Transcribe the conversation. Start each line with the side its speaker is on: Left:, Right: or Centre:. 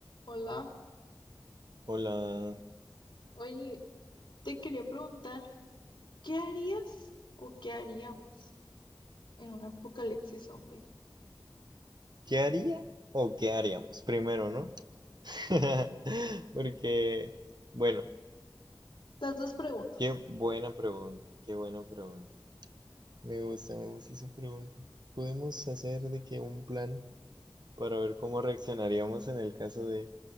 Left: Hola,
Right: Hola,
Left: oye, te quería preguntar, ¿qué harías o qué haríamos en un apocalipsis zombie?
Right: ¿qué haría o qué haríamos? Primero, ¿no? <laughs> Porque, bueno,
Left: Las dos preguntas.
Right: qué buena pregunta, qué buena pregunta. Me gusta, me gusta esa pregunta. Podemos hacer de que un plan para ver cómo reaccionaríamos en el caso de